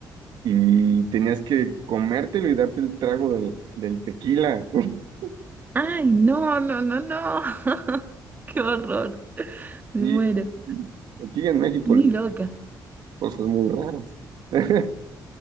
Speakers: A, on the right; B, on the right.
A: Y tenías que comértelo y darte el trago del, del tequila. <laughs>
B: Ay, no, no, no, no. <laughs> Qué horror. Me
A: Y
B: muero.
A: aquí en México,
B: Ni
A: le-
B: loca.
A: cosas muy raras. <laughs>